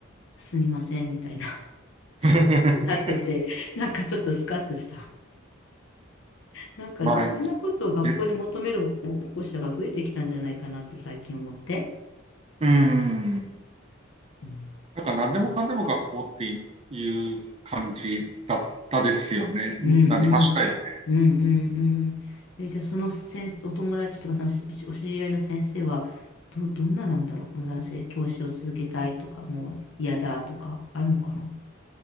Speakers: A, on the left (about 70°); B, on the right (about 30°).
A: すみません、みたいな、
B: <laughs>
A: <laughs> になってて、なんかちょっとスカッとした。なんか、
B: まあいい。
A: いろんなことを学校に求める保護者が増えてきたんじゃないかなって最近思って。
B: でうん。
A: うん、
B: なんか何でもかんでも学校っていう感じだったですよね。
A: うん、うん。
B: なりましたよね。
A: うんうんうんえじゃあその先生、お友達とかそのししお知り合いの先生はど、どんななんだろうまだせ教師を続けたいとかもう嫌だとかあるのかな